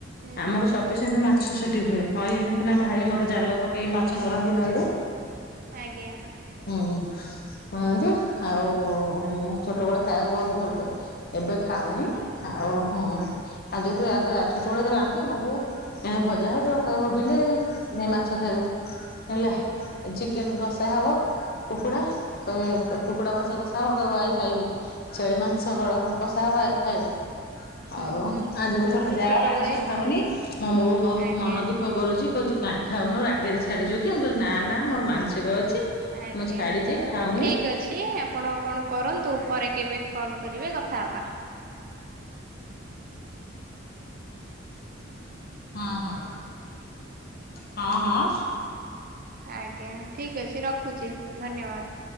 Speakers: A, on the right; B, on the left.
A: ହୁଁ
B: ଆମର ସ ସେ ମାଛ ସେଠି ହୁଏ ନଈ କେ ଭାଇ ମୋର ଜାଲ ପକେଇ ମାଛ ଧରନ୍ତି ନଈ।
A: ଆଜ୍ଞା
B: ହୁଁ ହଁ ଯେ ଆଉ
A: ଆଜ୍ଞା
B: ଛୋଟବେଳେ ଖାଇବାକୁ ବହୁତ ଭଲ କ ଏବେ ଖାଉନି
A: ହଁ
B: ଆଉ ଆଉ ଯଦି ଛୋଟବେଳେ ଦେଲେ ଆଣିଥିବେ ଏ ଭଜା ହଉ ତିବ କହିବ ବିଲେ ମାଛ ଖାଇାଉ ହେଲା
A: ଆଜ୍ଞା
B: ଚିକେନ କଷା ହବ କୁକୁଡ଼ା କହେ କୁକୁଡ଼ା ମାଂସ କଷା ହବ କହ ଆଇ ଖାଇବୁ। ଛେଳି ମାଂସ କ କଷା ହବା ଖାଇ
A: ହୁଁ
B: ଆଉ
A: ହୁଁ
B: ହ
A: ସେତେବେଳେ
B: ଯୋଉଥର ଯାଅ
A: ଛୋଟବେଳେ
B: ଆଇଁଷ ଖାଉନି ମୁଁ ବୋ ବହୁତ
A: ଆଜ୍ଞା
B: ମନ ଦୁଃଖ କରୁଛି କହୁଛି କାଇଁ ଖାଉନୁ ରାଗରେ ଛାଡିଯାଉ କି ମୁଁ କହିଲି ନା ନା ମୋର ମାଂସିକ ଅଛି
A: ଆଜ୍ଞା
B: ମୁଁ ଛାଡିଛି
A: ହଉ
B: ଖାଉନି।
A: ଠିକ ଅଛି ଆପଣ କଣ କରନ୍ତୁ ପରେ କେବେ କଲ୍ କରିବେ କଥା ହେବା। <inaudible>
B: ହଁ ହଁ ହଁ ହଁ।
A: ଆଜ୍ଞା ଠିକ୍ ଅଛି ରଖୁଛି ଧନ୍ୟବାଦ।